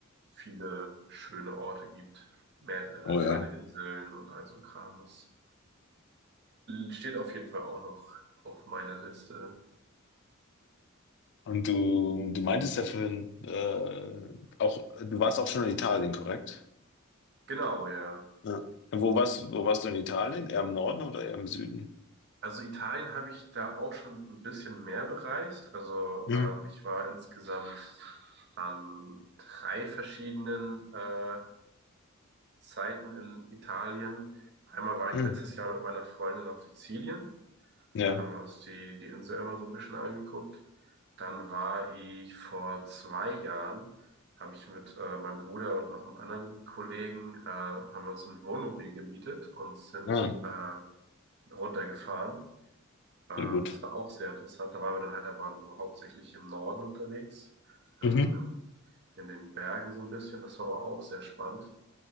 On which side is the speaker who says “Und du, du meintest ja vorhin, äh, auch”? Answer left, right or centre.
Left